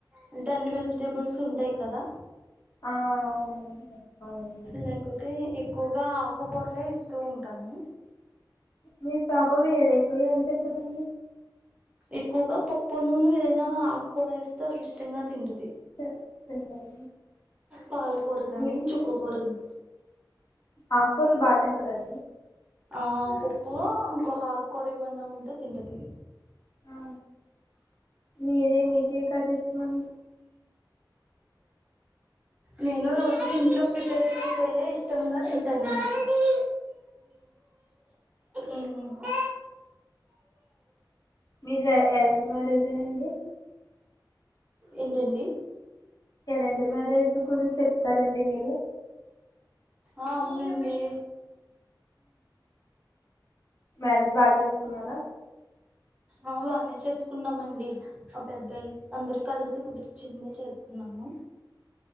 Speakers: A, on the right (about 15°); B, on the left (about 50°).
A: అంటే అన్ని
B: ఉమ్.
A: వెజిటబుల్స్ ఉంటాయి కదా
B: ఆ అవును అవునండి
A: లేకపోతే ఎక్కువగా ఆకుకూరలే ఇష్ తు ఉంటాము.
B: మీ పాప ఎక్కువగా ఏం తింటదండి
A: ఎక్కువగా పప్పు నూనె ఏదైనా ఆకుకూర వేస్తే అది ఇష్టంగా తింటది.
B: పెస తింటదా
A: పాలకూర గాని
B: మీకు
A: చుక్కకూర గాని
B: ఆకురాలు బాగా తింటదండి
A: ఆ పప్పు ఇంకో ఆకుకూర ఏమన్నా ఉంటే తింటది
B: ఆ మీరే మీటింగ్ కఖదిస్తుమం
A: నేను రోజు ఇంట్లో ప్రిపేర్ చేసేయే ఇష్టంగా తింటానండి ఉమ్
B: మీది ఏంది మరి ఆ
A: ఏంటండి
B: అరేంజ్డ్ మ్యారేజ్ గురించి చెప్తారండి మీరు
A: అవునుండి
B: మ్యారేజ్ బాగా చేసుకున్నారా
A: ఆ బానే చేసుకున్నామండి ఆ పెద్దలు అందరు కలిసి కుదురుత చింద చేసు న్నాము